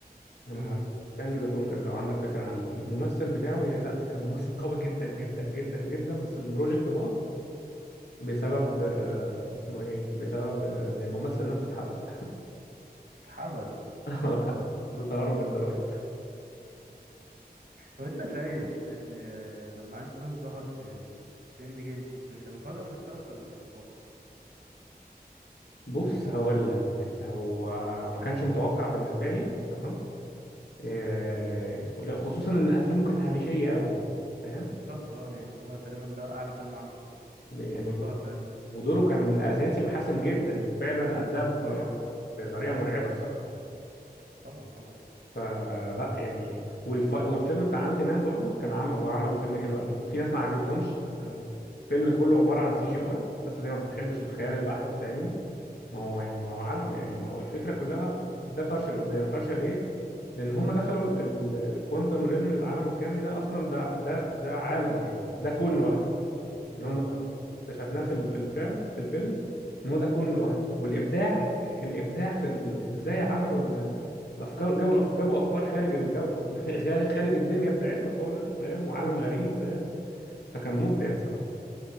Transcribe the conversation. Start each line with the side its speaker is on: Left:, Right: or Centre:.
Left: يا نهار
Right: أمم،
Left: أبيض. كانج ذا كونكر لو عندك فكره عنه الممثل بتاعه لا كان ممثل قوي جدا جدا جدا جدا بس البروجكت باظ بسبب آه، اسمه ايه بسبب آه، ان الممثل نفسه اتحبس
Right: اتحبس
Left: <laughs>
Right: يا نهار
Left: كان عنده تهرب من الضرايب
Right: طب انت شايف ان لما انت مان ظهر في في اند جيم كنت كان مفاجأة بالنسبة لك ولا كنت متوقع؟
Left: بص هقول لك هو ما كانش متوقع بالنسبه لي تمام آه، خصوصا ان افلامه كانت هامشيه قوي فاهم
Right: بالظبط اه يعني هو تقريبا ده اعلى فيلم عمله
Left: يعني
Right: لما ظهر في End-
Left: ودوره كان اساسي وحاسم جدا وفعلا اداه ب-
Right: طبعا
Left: بطريقه مرعبه بصراحه
Right: طبعا طبعا
Left: فلا يعني والف... والفيلم بتاع انت مان برضو كان عمل هو عمل فيلم حلو قوي في ناس ما عجبتهمش عشان الفيلم كله عباره عن سي جي اي الناس اللي ما بتحبش الخيال البحت فاهمني ما هو يعني ما هو عالم يعني ما هو الفكره كلها ده فرشه لقدام فرشه لايه لان هم دخلوا الكوانتم ريلم العالم الكمي ده اصلا ده ده ده عالم يعني ده كون لوحده
Right: بالظبط
Left: ان هم
Right: اه
Left: اكتشفناه في ال- في الفعل في الفيلم ان هو ده كون لوحده والابداع الابداع في ال... ازاي عملوا ال... الافكار جابوا الأف... جابوا افكار خارج الكوكب <laughs> خارج خارج الدنيا بتاعتنا خالص فاهم وعالم غريب فاهم فكان مبدع بصراحه